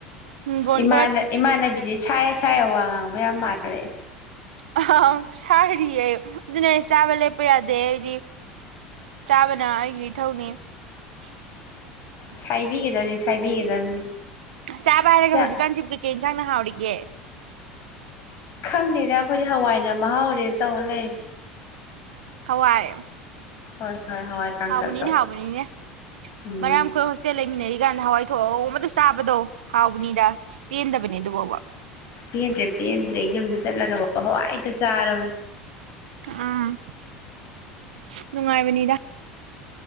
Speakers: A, on the right; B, on the left.
A: ꯍꯤꯡꯒꯣꯜ
B: ꯏꯃꯥꯟꯅ
A: ꯈꯔ
B: ꯏꯃꯥꯟꯅꯕꯤꯗꯤ ꯁꯥꯏ ꯁꯥꯏꯔ ꯋꯥ ꯉꯥꯡꯕ ꯌꯥꯝ ꯃꯥꯟꯅꯔꯦ
A: ꯑꯥꯍꯥꯍꯥ ꯁꯥꯏꯔꯤꯌꯦ ꯑꯗꯨꯅꯤ ꯍꯥꯏꯁ ꯆꯥꯕ ꯂꯦꯞꯄ ꯌꯥꯗꯦ ꯑꯩꯗꯤ ꯆꯥꯕꯅ ꯑꯩꯒꯤ ꯏꯊꯧꯅꯤ ꯍꯤ ꯏ
B: ꯁꯥꯏꯕꯤꯒꯗꯕꯅꯤ ꯁꯥꯏꯕꯤꯒꯗꯕꯅꯤ
A: ꯆꯥꯕ ꯍꯥꯏꯔꯒ
B: ꯆꯥ
A: ꯍꯖꯤꯀꯥꯟ ꯖꯤꯕꯨ ꯀꯩꯀꯩ ꯏꯟꯁꯥꯡꯅ ꯍꯥꯎꯔꯤ ꯌꯦ
B: ꯈꯪꯅꯦꯅ ꯈꯣꯏꯗꯤ ꯍꯋꯥꯏꯅ ꯃꯍꯥꯎꯔꯦꯟ ꯇꯧ ꯂꯩꯔꯦ
A: ꯍꯋꯥꯏ
B: ꯍꯣꯏ ꯍꯣꯏ ꯍꯋꯥꯏ ꯀꯥꯡꯇꯛꯇꯣ
A: ꯍꯥꯎꯕꯅꯤꯅꯦ ꯍꯥꯎꯕꯅꯤꯅꯦ
B: ꯎꯝ
A: ꯃꯔꯥꯝ ꯈꯣꯏ ꯍꯣꯁꯇꯦꯜ ꯂꯩꯃꯤꯟꯅꯔꯤ ꯀꯥꯟ ꯍꯋꯥꯏ ꯊꯣꯡꯕꯗ ꯆꯥꯕꯗꯣ ꯍꯥꯎꯕꯅꯤꯗ ꯄꯦꯟꯗꯕꯅꯦ ꯑꯗꯨꯕꯥꯎꯕ
B: ꯄꯦꯟꯗ꯭ꯔꯦ ꯄꯦꯟꯗ꯭ꯔꯦ ꯌꯨꯝꯗ ꯆꯠꯂꯒ ꯍꯋꯥꯏꯗ ꯆꯥꯔꯕꯅꯦ
A: ꯑꯝ ꯅꯨꯡꯉꯥꯏꯕꯅꯤꯗ